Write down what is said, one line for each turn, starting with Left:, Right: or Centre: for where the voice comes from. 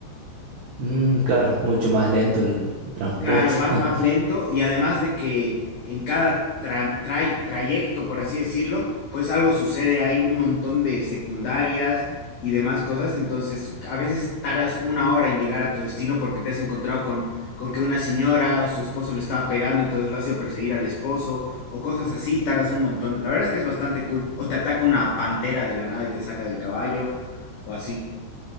Right: Mm, claro, mucho más lento el transporte.
Left: Claro, vas
Right: <laughs>
Left: más lento y además de que en cada tra- tray- trayecto, por así decirlo, pues algo sucede, hay un montón de secundarias y demás cosas, entonces a veces tardas una hora en llegar a tu destino porque te has encontrado con, con que una señora o su esposo le estaba pegando, entonces lo has ido a perseguir al esposo o cosas así, tardas un montón. La verdad es que es bastante cool. O te ataca una pantera de la nada y te saca del caballo o así.